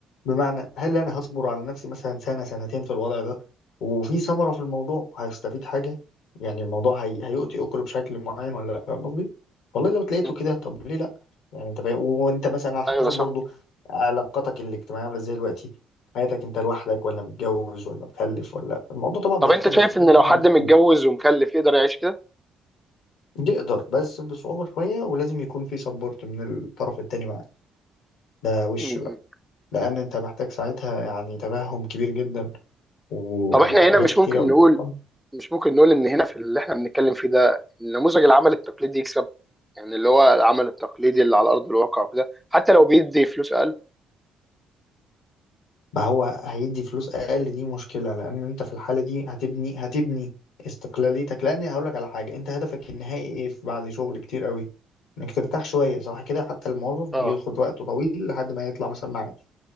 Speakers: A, on the left; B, in the centre.
A: بمعنى هل انا هصبر على نفسي مثلا سنة سنتين في الوضع ده وفي ثمرة في الموضوع هيستفيد حاجة يعني الموضوع هي... هيؤتي اكله بشكل معين ولا لا فاهم قصدي والله لو تلاقيته
B: م.
A: كده طب ليه لا يعني انت فاهم وانت مثلا على
B: ايوه
A: حسب
B: صح
A: برضو علاقتك الاجتماعية عاملة ازاي دلوقتي حياتك انت لوحدك ولا متجوز ولا مخلف ولا الموضوع طبعا بيختلف
B: طب انت شايف
A: ب-
B: ان لو
A: بعمق
B: حد متجوز
A: كتير
B: ومخلف يقدر يعيش كده
A: يقدر بس بصعوبة شوية ولازم يكون في سبورت من الطرف التاني معاك ده وش
B: م-
A: بقى
B: م.
A: لأن أنت محتاج ساعتها يعني تفهم كبير جدا ويعني
B: طب احنا هنا
A: حاجات
B: مش
A: كتيرة
B: ممكن
A: أوي
B: نقول
A: تحصل
B: مش ممكن نقول ان هنا في اللي احنا بنتكلم فيه ده نموذج العمل التقليدي يكسب يعني اللي هو العمل التقليدي اللي على ارض الواقع وكده حتى لو بيدي فلوس اقل
A: ما هو هيدي فلوس أقل دي مشكلة لأن أنت في الحالة دي هتبني هتبني استقلاليتك لأن هقولك على حاجة أنت هدفك النهائي إيه في- بعد شغل كتير أوي إنك ترتاح شوية صح كده حتى الموظف
B: اه
A: بياخد وقته طويل لحد ما يطلع مثلا معاش